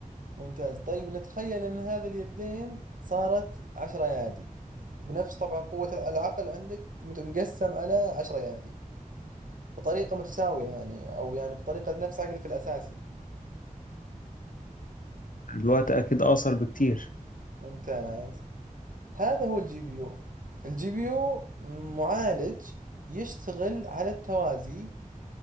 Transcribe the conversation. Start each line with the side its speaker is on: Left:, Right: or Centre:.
Right: ممتاز طيب نتخيل ان هذه اليدين صارت عشر ايادي وبنفس طبعا قوة العقل عندك مت- مقسم على عشر ايادي بطريقة متساوية يعني أو يعني بطريقة نفس عقلك الأساسي
Left: الوقت اكيد اقصر بكتير
Right: ممتاز هذا هو الجي بي يو الجي بي يو معالج يشتغل على التوازي